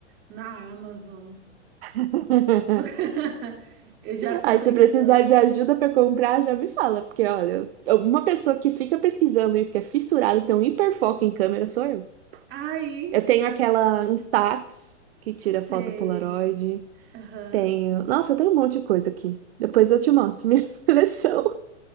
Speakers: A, on the right; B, on the right.
A: na Amazon.
B: <laughs>
A: <laughs> Eu já tô
B: Aí,
A: pensando
B: se eu precisar
A: assim.
B: de ajuda para comprar, já me fala, porque olha, eu- uma pessoa que fica pesquisando isso, que é fissurada, tem um hiperfoco em câmera, sou eu.
A: Aí,
B: Eu tenho aquela Instax, que tira
A: sei.
B: foto Polaroid.
A: Aham.
B: Tenho. Nossa, eu tenho um monte de coisa aqui. Depois eu te mostro minha <laughs> coleção.